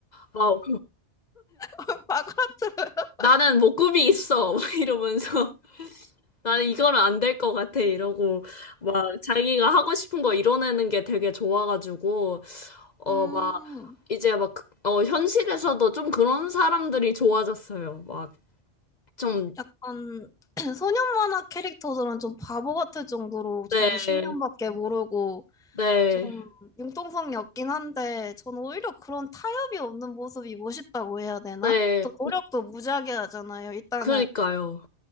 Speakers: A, on the left; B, in the centre.
A: 막
B: <laughs> 바가트아
A: 나는 목구비 있어 <laughs> 막 이러면서 나는 이거는 안 될 것 같아 이러고 막 자기가 하고 싶은 거 이뤄내는 게 되게 좋아가지고 어
B: 음.
A: 막 이제 막 그- 어, 현실에서도 좀 그런 사람들이 좋아졌어요. 막 좀
B: 약간 <clears throat> 소년 만화 캐릭터들은 좀 바보 같을 정도로
A: 네,
B: 자기 신념밖에 모르고
A: 네,
B: 좀 융통성이 없긴 한데 저는 오히려 그런 타협이 없는 모습이 멋있다고 해야 되나?
A: 네,
B: 또 노력도 무지하게 하잖아요. 일단은
A: 그러니까요.